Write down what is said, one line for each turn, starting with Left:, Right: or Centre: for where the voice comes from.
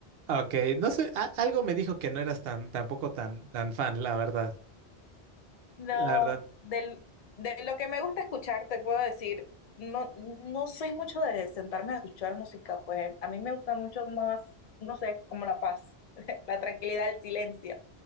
Right: ah, ok, no sé, a- algo me dijo que no eras tan, tampoco tan, tan fan, la verdad.
Left: No,
Right: La verdad.
Left: del, de lo que me gusta escuchar, te puedo decir, no, no soy mucho de sentarme a escuchar música, pues a mí me gusta mucho más, no sé, como la paz, <laughs> la tranquilidad, el silencio.